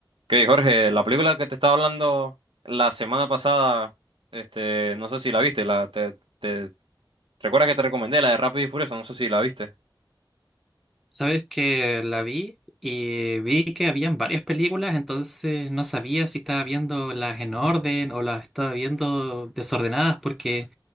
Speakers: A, on the right (about 80°); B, in the centre.
A: Ok, Jorge, la película que te estaba hablando la semana pasada, este, no sé si la viste, la, te, te- ¿recuerdas que te recomendé la de Rápido y Furioso? No sé si la viste.
B: Sabes que la vi y vi que habían varias películas, entonces no sabía si estaba viendo las en orden o las estaba viendo desordenadas porque